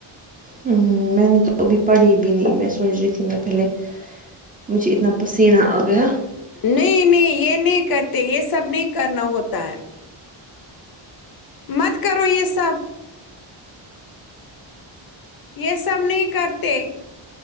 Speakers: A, on the right; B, on the left.
A: ہم میں نے تو ابھی پڑھی بھی نہیں میں سوچ رہی تھی میں پہلے مجھے اتنا پسینہ آ گیا
B: نہیں نہیں یہ نہیں کرتے یہ سب نہیں کرنا ہوتا ہے مت کرو یہ سب یہ سب نہیں کرتے